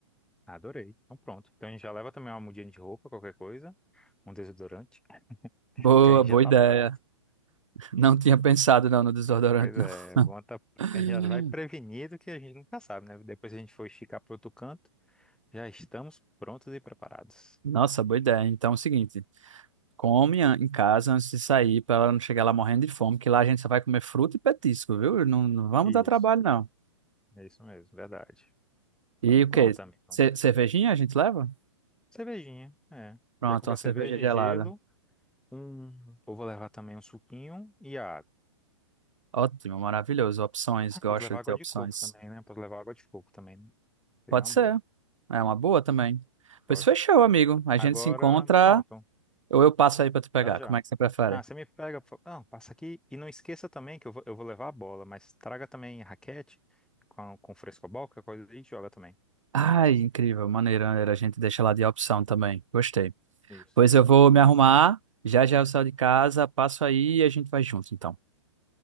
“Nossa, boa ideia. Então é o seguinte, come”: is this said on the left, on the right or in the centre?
Right